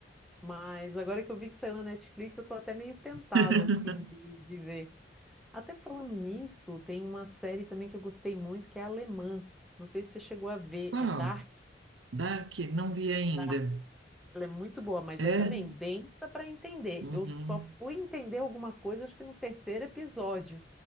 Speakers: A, in the centre; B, on the right.
A: Mas agora que eu vi que saiu na Netflix, eu tô até meio tentada,
B: <laughs>
A: assim, de, de ver. Até falando nisso, tem uma série também que eu gostei muito, que é alemã. Não sei se você chegou a ver,
B: Qual?
A: é Dark.
B: Dark? Não vi ainda.
A: Dark, ela é muito boa, mas
B: É?
A: é também densa para entender.
B: Uhum.
A: Eu só fui entender alguma coisa, acho que no terceiro episódio